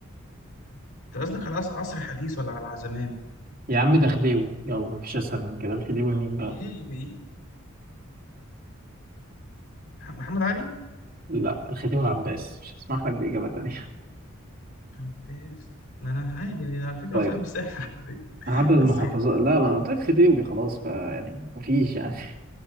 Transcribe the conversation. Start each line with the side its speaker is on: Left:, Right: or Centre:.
Left: انت قصدك على عصر عصر الحديث ولا على زمان
Right: يا عم ده خديوي يلا مفيش أسهل من كده الخديوي مين بقى؟
Left: دي بي مح- محمد علي
Right: لا الخديوي العباس مش هسمح لك بإجابة تانية
Left: بس ما انا عادي يعني على فكره
Right: <laughs> طيب
Left: هو سؤال مش سهل على فكره
Right: عدد المحافظات
Left: بس هو-
Right: لا ما أنا قلت لك خديوي خلاص فيعني مفيش يعني <laughs>